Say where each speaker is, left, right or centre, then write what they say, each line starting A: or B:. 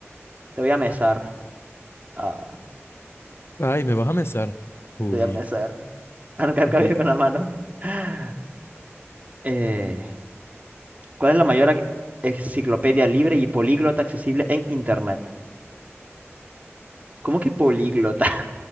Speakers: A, on the right; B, on the left.
A: Te voy a mesar. Ah,
B: Ay, ¿me vas a mesar? Uy,
A: te voy a mesar. <laughs> Arrancar
B: uy.
A: cabello con la mano. <laughs> Eh, ¿cuál es la mayor ac- enciclopedia libre y políglota accesible en Internet? ¿Cómo que políglota?